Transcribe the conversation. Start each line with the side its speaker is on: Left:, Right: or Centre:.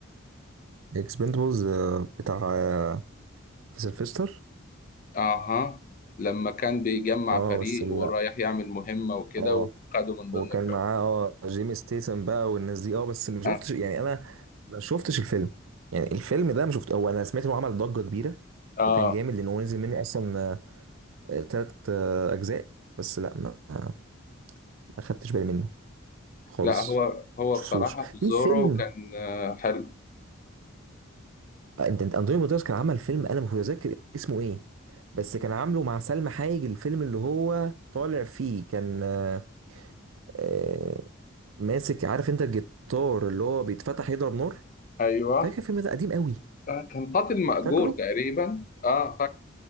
Right: اكسبندبلز بتاع آه، في سيلفستر
Left: أها لما كان بيجمع
Right: اه
Left: فريق
Right: بس لا
Left: ورايح يعمل مهمة وكده
Right: اه
Left: وخده من ضمن
Right: وكان
Left: الفريق
Right: معاه اه جيمي ستيسن بقى والناس دي اه بس ما شفتش
Left: آه.
Right: يعني انا ما شفتش الفيلم يعني الفيلم ده ما شفت هو انا سمعت انه عمل ضجة كبيرة
Left: آه
Right: وكان جامد لان هو نزل منه اصلا ثلاث اجزاء بس لا ما ما خدتش بالي منه خالص
Left: لا هو هو
Right: ما شفتوش
Left: بصراحة في زورو
Right: في فيلم
Left: كان آه، حلو
Right: آه، انت انت انطوني بطرس كان عمل فيلم انا مش متذكر اسمه ايه بس كان عامله مع سلمى حايج الفيلم اللي هو طالع فيه كان آه، آه، ماسك عارف انت الجيتار اللي هو بيتفتح يضرب نار
Left: أيوه
Right: فاكر الفيلم ده قديم قوي
Left: آه، كان قاتل مأجور
Right: فاكره
Left: تقريبا آه